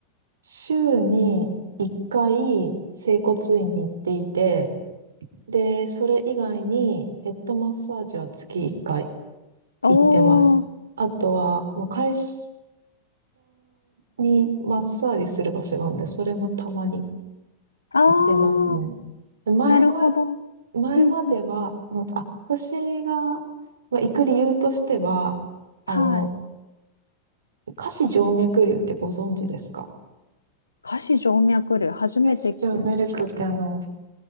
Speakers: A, on the right (about 65°); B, on the left (about 80°).
A: 週に1回、整骨院に行っていて、で、それ以外にヘッドマッサージは月1回。
B: お
A: 行ってます。
B: ー、
A: あとは、まあ、会社にマッサージする場所があるんで、それもたまに
B: あー、
A: 行ってますね。で前ま、
B: なるほど。うん
A: 前までは、
B: うん。
A: そのあ、私がまあ行く理由としては、
B: はい。
A: あの、下肢静脈瘤ってご存知ですか
B: 下肢静脈瘤、初めて聞きました。
A: え、じゃ脈メルクってあの、